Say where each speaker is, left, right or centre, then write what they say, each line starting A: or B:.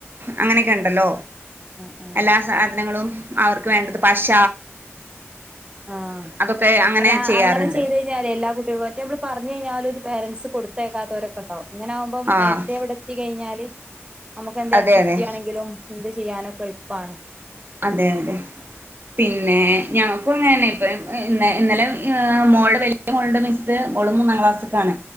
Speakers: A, on the right; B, on the right.
A: അങ്ങനെയൊക്കെണ്ടല്ലോ
B: ആഹ് ആഹ് ആഹ്
A: എല്ലാ സാധനങ്ങളും അവർക്ക് വേണ്ടത് പശ
B: ആഹ്
A: അതൊക്കെ അങ്ങനെ
B: അല്ല
A: ചെയ്യാറുണ്ട്
B: അങ്ങനെ ചെയ്ത ഞ്ഞല് എല്ലാ കുട്ടികും മറ്റ നമ്മൾ പറഞ്ഞു കഴിഞ്ഞും പേരെന്റ്സ് കൊടുത്തേക്കാത്തവരക്കണ്ടാവും. ഇങ്ങനെ ആകുമ്പം
A: ആഹ്
B: നേരത്തെ ഇവിടെ എത്തി കഴിഞ്ഞാല് നമുക്ക് എന്താ
A: അതെ
B: ആക്ടിവിറ്റി
A: അതെ
B: ണെങ്കിലും എന്ത് ചെയ്യാനൊക്കെ എൾപ്പാണ്.
A: അതെ അതെ പിന്നെ ഞങ്ങക്കു അങ്ങേന്നെ ഇപ്പം ഇ ഇന്ന ഇന്നലെ ഏ മോള് വെ <unintelligible> മോൾടെ മിസ്സ് ഓളും മൂന്നാം ക്ലാസ്സ്ക്കാണ്.